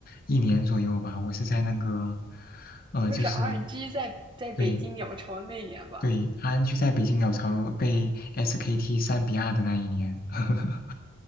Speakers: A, on the left; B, on the right.
A: 一年左右吧。我是在那个，呃，
B: 我会是
A: 就是
B: RNG 在在北京鸟巢那年吧，
A: 对对 r n G 在北京鸟巢被 SKT 三比二的那一年。<laughs>